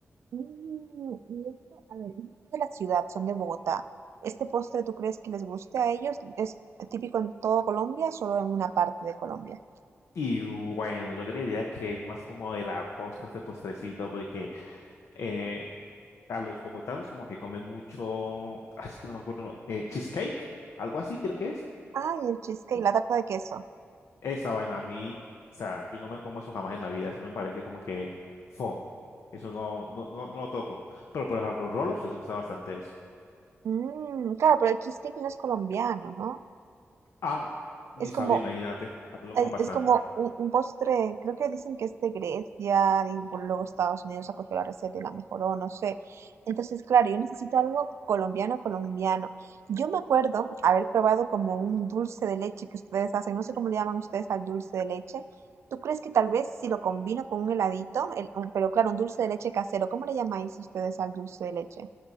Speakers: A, on the right; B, on the left.
A: Mm, y esto, a ver, ellos son de la ciudad, son de Bogotá. ¿Este postre tú crees que les guste a ellos? ¿Es típico en todo Colombia, o solo en una parte de Colombia?
B: Y bueno, yo creería que es más como de la costa este postrecito, porque eh, a los bogotanos como que comen mucho, ah, es que no me acuerdo, eh, cheesecake, algo así creo que es.
A: Ay, el cheesecake, la tarta de queso.
B: Esa vaina a mí, o sea, yo no me como eso jamás en la vida, eso me parece como que fo, eso no, no, no, no lo toco. Pero por ejemplo, los rolos les gusta bastante eso.
A: Mm, claro, pero el cheesecake no es colombiano, ¿no?
B: Ah, ni
A: Es como
B: sabía, imagínate, aquí lo
A: Es,
B: comen bastante.
A: es como un, un postre, creo que dicen que es de Grecia y por luego Estados Unidos acogió la receta y la mejoró, no sé. Entonces, claro, yo necesito algo colombiano, colombiano. Yo me acuerdo haber probado como un dulce de leche que ustedes hacen, no sé cómo le llaman ustedes al dulce de leche. ¿Tú crees que tal vez si lo combino con un heladito, el- un- pero claro, un dulce de leche casero, ¿cómo le llamáis ustedes al dulce de leche?